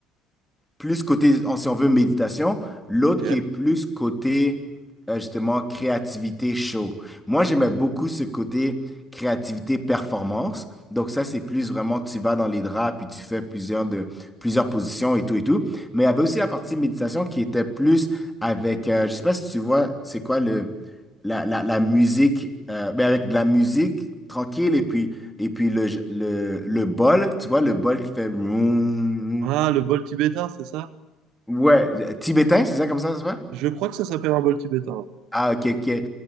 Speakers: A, in the centre; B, on the right.
A: plus côté, en- si on veut, méditation, l'autre
B: Ok.
A: qui est plus côté, euh, justement, créativité show. Moi, j'aimais beaucoup ce côté créativité performance. Donc ça, c'est plus vraiment, tu vas dans les draps, puis tu fais plusieurs de, plusieurs positions et tout et tout. Mais il y avait aussi la partie méditation qui était plus avec, euh, je sais pas si tu vois, c'est quoi le, la, la, la musique, euh, mais avec de la musique tranquille et puis, et puis le, le, le bol, tu vois, le bol qui fait... vroom.
B: Ah, le bol tibétain, c'est ça?
A: Ouais, euh, tibétain, c'est ça comme ça, ça s'appelle?
B: Je crois que ça s'appelle un bol tibétain.
A: Ah, ok, ok.